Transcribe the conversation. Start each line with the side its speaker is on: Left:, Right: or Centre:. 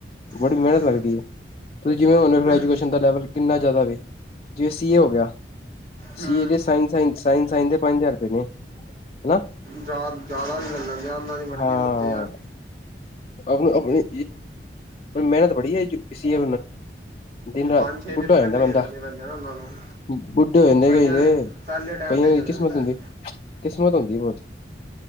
Left: ਬੜੀ
Right: ਹੂੰ
Left: ਮਿਹਨਤ ਲੱਗਦੀ ਏ। ਤੁਸੀਂ ਜਿਵੇਂ ਹੁਣ
Right: ਫਿਰ-
Left: ਗੈ੍ਜੂਏਸ਼ਨ ਦਾ ਲੈਵਲ ਕਿੰਨਾ ਜ਼ਿਆਦਾ ਵੇ ਜਿਵੇਂ ਸੀ ਏ ਹੋ ਗਿਆ
Right: ਹੂੰ
Left: ਸੀਏ ਦੇ ਸਾਇੰਨ ਸਾਇੰਨ ਸਾਇੰਨ ਸਾਇੰਨ ਦੇ ਪੰਜ ਹਜ਼ਾਰ ਰੁਪਏ ਨੇ। ਹਨਾ
Right: ਜਾ ਜਿਆਦਾ ਵੀ ਲ ਲੈਣਿਆ ਉਹਨਾਂ ਦੀ ਮਰਜ਼ੀ
Left: ਹਾਂ
Right: ਦੇ ਉਤੇ ਆ
Left: ਆਪ ਆਪਣੀ ਮਿਹਨਤ ਬੜੀ ਹੈ ਇਸੇ ਦਿਨ ਰਾਤ
Right: ਪੰਜ ਛੇ
Left: ਬੁੱਡਾ
Right: ਪੇਪਰ
Left: ਹੋ ਜਾਂਦਾ
Right: ਕਲੀਅਰ
Left: ਬੰਦਾ
Right: ਕਰਨੇ ਪੈਂਦੇ ਆ ਨਾ ਉਹਨਾਂ ਨੂੰ
Left: ਬੁੱਡੋ ਹੋ ਜਾਂਦੇ
Right: ਕਈਆਂ
Left: ਕਈ ਤੇ
Right: ਦੇ ਪਹਿਲੇ ਅਟੈਂਪਟ
Left: ਕਈਆਂ ਦੀ
Right: 'ਚ ਹੋ
Left: ਕਿਸਮਤ
Right: ਜਾਂਦਾ
Left: ਹੁੰਦੀ
Right: ਹੈ
Left: ਏ ਕਿਸਮਤ ਹੁੰਦੀ ਬਹੁਤ